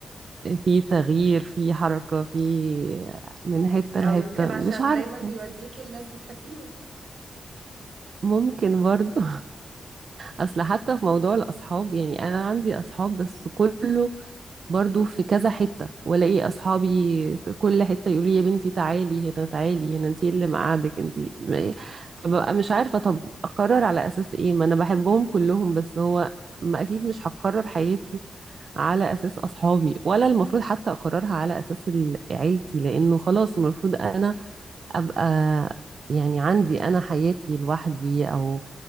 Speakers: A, on the right; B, on the right.
A: في تغيير في حركة في من حتة
B: أو
A: لحتة
B: يمكن عشان
A: مش عارفة
B: دايما بيوديكي لناس بتحبيهم
A: ممكن برضو <laughs> أصل حتى في موضوع الأصحاب يعني أنا عندي أصحاب بس كله برضو في كذا حتة والاقي اصحابي في كل حتة يقولوا لي يا بنتي تعالي هنا تعالي هنا انتي اللي مقعدك انتي ما- فببقى مش عارفة طب اقرر على اساس ايه ما انا بحبهم كلهم بس هو ما اكيد مش هقرر حياتي على أساس أصحابي ولا المفروض حتى أقررها على أساس ال- عيلتي لأنه خلاص المفروض أنا أبقى يعني عندي أنا حياتي لوحدي أو